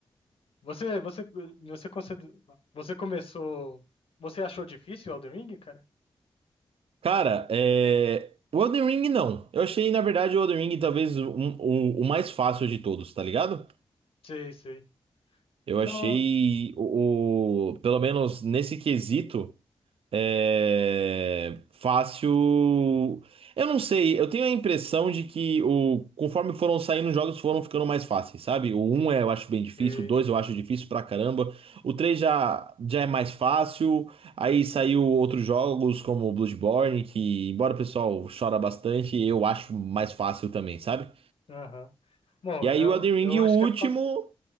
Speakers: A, on the left (about 80°); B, on the right (about 80°).
A: Você, você, você, consider- você começou. Você achou difícil o Elden Ring, cara?
B: Cara, é... O Elden Ring, não. Eu achei, na verdade, o Elden Ring talvez um- o, o mais fácil de todos, tá ligado?
A: Sei, sei.
B: Eu achei,
A: Não,
B: o, o- pelo menos nesse quesito... É, fácil. Eu não sei, eu tenho a impressão de que o conforme foram saindo os jogos foram ficando mais fáceis, sabe? O um é, eu acho bem difícil,
A: sei.
B: o 2 eu acho difícil pra caramba, o 3 já, já é mais fácil, aí saiu outros jogos como o Bloodborne, que embora o pessoal chora bastante, eu acho mais fácil também, sabe?
A: Aham. Bom,
B: E aí
A: eu,
B: o Elden Ring,
A: eu
B: o
A: acho
B: último,
A: que é por causa.